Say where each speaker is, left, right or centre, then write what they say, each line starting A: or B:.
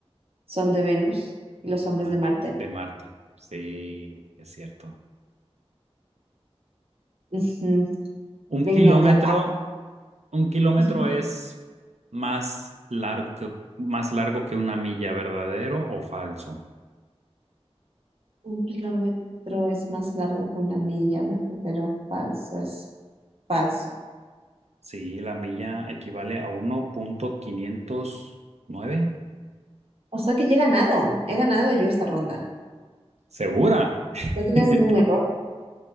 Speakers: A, on the right; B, on the right.
A: son de Venus y los hombres
B: Ah,
A: de Marte.
B: de Marte. Sí, es cierto.
A: Ujú.
B: Un
A: Venga
B: kilómetro,
A: ya.
B: un kilómetro
A: Ujú.
B: es más largo que, más largo que una milla, ¿verdadero o falso?
A: Un kilómetro es más largo que una milla, verdadero o falso, es falso.
B: Sí, la milla equivale a uno punto quinientos nueve
A: O sea que ya he ganado, he ganado yo esta ronda.
B: ¿Segura? <laughs>
A: No he tenido ningún error.